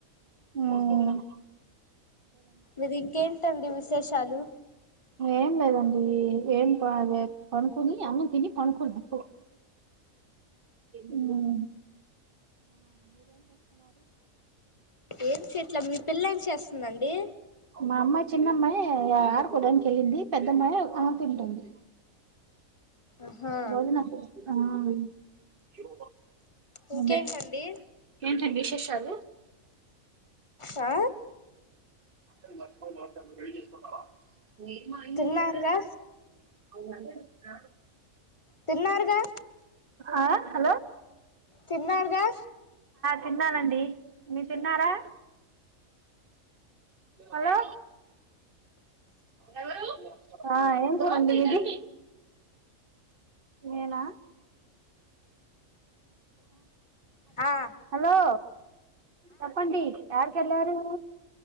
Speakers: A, on the right; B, on the left.
A: ఉమ్
B: మీరు ఇంకేంటండి విశేషాలు
A: ఏం లేదండి ఏం పనుకుొని అమ్న్నని తిని పనుకోలే అప్పుడు ఉమ్
B: ఏమి చెట్ల మీ పిల్ల ఏమి చేస్తుందండి
A: మా అమ్మాయి చిన్నమ్మాయి ఆరుకోడానికి వెళ్ళింది పెద్దమ్మాయి ఆ తింటుంది
B: ఆహా
A: భోజన అ ఇవ
B: ఇంకేంటండి
A: అందే ఏంతండి విశేష అలు
B: ఆ
A: ఇప్పుడు వాడిని మర్చిపోయి వాడినే పెళ్లి చేసుకుంటావా నేట్ మా అయింది
B: తిన్నారుగా
A: ఎంత పొలేస్తారు అవుళ
B: తిన్నారుగా
A: ఆ అ హలో
B: తిన్నారుగా
A: తిన్నానండి తిన్నారా హలో ఎవరు ఆ ఎం కూర అండి మీది నేనా
B: ఆ
A: హలో చెప్పండి యారకి వెళ్ళారు